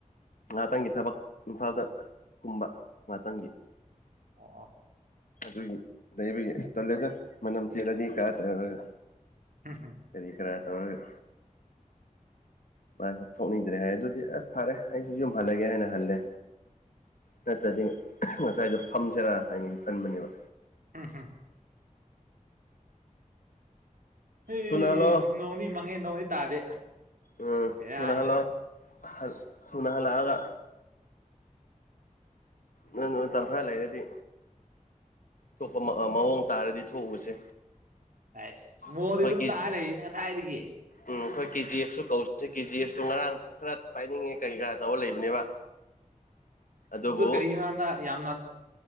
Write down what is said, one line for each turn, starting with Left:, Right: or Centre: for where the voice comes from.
Left: ꯉꯥꯇꯪꯒꯤ ꯊꯕꯛ ꯏꯝꯐꯥꯜꯗ ꯀꯨꯝꯕ ꯉꯥꯇꯪꯒꯤ
Right: ꯑꯣ ꯑꯣ
Left: ꯑꯗꯨꯒꯤ ꯂꯩꯕꯒꯤ ꯇꯜꯂꯦꯗ ꯃꯅꯝ ꯆꯦꯜꯂꯗꯤ ꯀꯌꯥ ꯆꯠꯂꯒ
Right: ꯍꯝ ꯍꯝ
Left: ꯀꯔꯤ ꯀꯔꯥ ꯇꯧꯔꯒ ꯃꯥꯁꯨ ꯊꯣꯛꯅꯤꯡꯗ꯭ꯔꯦ ꯍꯥꯏ ꯑꯗꯨꯗꯤ ꯑꯁ ꯐꯔꯦ ꯑꯩꯁꯨ ꯌꯨꯝ ꯍꯜꯂꯒꯦ ꯍꯥꯏꯅ ꯍꯜꯂꯦ ꯅꯠꯇ꯭ꯔꯗꯤ ꯉꯁꯥꯏꯗꯣ ꯐꯝꯁꯦꯔꯥ ꯍꯥꯏꯅ ꯈꯟꯕꯅꯦꯕ
Right: ꯎꯝ ꯍꯝ ꯍꯦꯁꯁ
Left: ꯊꯨꯅ ꯍꯜꯂꯛꯑꯣ
Right: ꯅꯣꯡꯗꯤ ꯃꯪꯉꯦ ꯅꯣꯡꯗꯤ ꯇꯥꯗꯦ
Left: ꯎꯝ
Right: ꯕꯦꯔꯥꯅꯤꯗ
Left: ꯊꯨꯅꯍꯜꯂꯥꯛꯑꯣ ꯊꯨꯅꯍꯂꯥꯛꯑꯒ ꯅꯪ ꯇꯝ ꯈꯦꯂ ꯂꯩꯔꯗꯤ ꯊꯣꯛꯄ ꯃꯑꯣꯡ ꯇꯥꯔꯗꯤ ꯊꯣꯛꯎꯁꯦ
Right: ꯑꯁ ꯃꯑꯣꯟꯗꯤ
Left: ꯑꯩꯈꯣꯏꯒꯤ
Right: ꯑꯗꯨꯝ ꯇꯥꯔ ꯂꯩꯅꯦ ꯉꯁꯥꯏꯗꯒꯤ
Left: ꯎꯝ ꯑꯩꯈꯣꯏ ꯀꯦ ꯖꯤ ꯑꯦꯐꯁꯨ ꯀꯧꯁꯦ ꯀꯦ ꯖꯤ ꯑꯦꯐꯁꯨ ꯉꯔꯥꯡ ꯈꯔ ꯄꯥꯏꯅꯤꯡꯉꯦ ꯀꯔꯤ ꯀꯔꯥ ꯇꯧꯔ ꯂꯩꯕꯅꯦꯕ
Right: <unintelligible>
Left: ꯑꯗꯨꯕꯨ
Right: ꯑꯗꯨ ꯀꯔꯤꯅꯣ ꯍꯥꯟꯗ ꯌꯥꯝꯅ